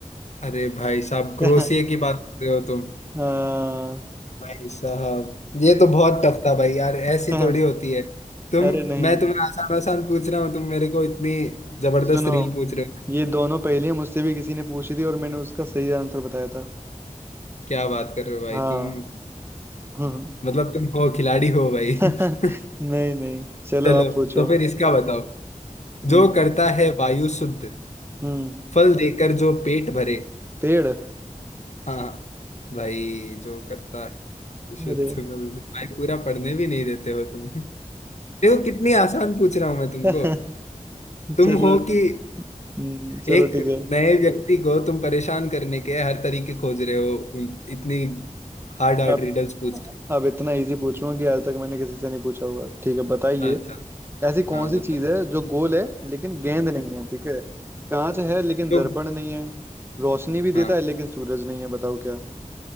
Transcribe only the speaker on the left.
अरे भाई साहब
क्रोसिए की बात कर रहे हो तुम
भाई साहब ये तो बहुत टफ था भाई यार ऐसी
थोड़ी होती है तुम
मैं तुम्हें आसान आसान पूछ रहा हूँ तुम मेरे को इतनी जबरदस्त
रील पूछ रहे हो
क्या बात कर रहे हो भाई
तुम
मतलब तुम हो खिलाड़ी हो भाई
<laughs>
चलो
तो फिर इसका बताओ
जो करता है वायु शुद्ध
फल देकर जो पेट भरे
हाँ भाई जो करता है शुद्ध
फल दे- भाई पूरा पढ़ने भी नहीं देते हो तुम देखो कितनी आसान पूछ रहा हूं मैं तुमको
तुम
हो कि
एक
नए व्यक्ति को तुम परेशान करने के हर तरीके खोज रहे हो उन- इतनी हार्ड हार्ड
रिडल्स पूछ के
अच्छा
हाँ
बताइए
जो
हाँ